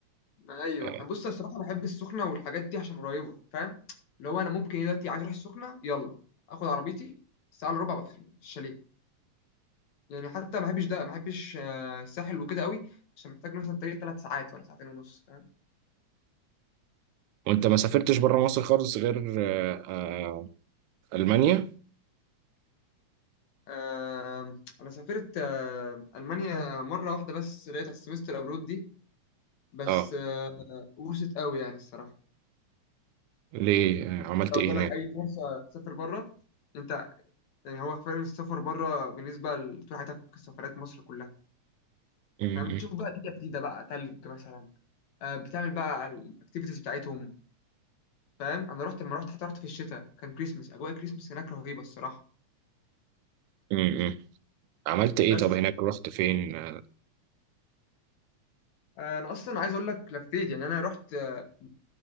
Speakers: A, on the left (about 70°); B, on the right (about 85°).
A: ايوه
B: آه،
A: انا بص أنا الصراحه بحب السخنه والحاجات دي عشان قريبه فاهم اللي هو انا ممكن إيه دلوقتي عايز اروح السخنه يلا اخد عربيتي الساعه الا ربع أبقى في في الشاليه يعني حتى ما بحبش ده ما بحبش آه، الساحل وكده قوي عشان محتاج مثلا طريق ثلاث ساعات ولا ساعتين ونص فاهم
B: وأنت ما سافرتش بره مصر خالص غير آه، آه، ألمانيا
A: آه انا سافرت آه المانيا مره واحده بس لقيت على السمستر ابرود دي بس
B: أه
A: آه وست قوي يعني الصراحه
B: ليه آه، عملت
A: لو
B: إيه
A: جالك
B: هناك؟
A: اي فرصه تسافر بره انت يعني هو فعلا السفر بره بالنسبه لطول حياتك سفرات مصر كلها
B: م- م-
A: فاهم بتشوف بقى دنيا جديده بقى تلج مثلا آه بتعمل بقى الاكتيفيتيز بتاعتهم فاهم انا رحت لما رحت حتى رحت في الشتاء كان كريسمس اجواء كريسمس هناك رهيبه الصراحه
B: م- م. عملت إيه
A: بس
B: طب هناك رحت فين؟ آه،
A: آه انا اصلا عايز اقول لك لفيت يعني انا رحت آه،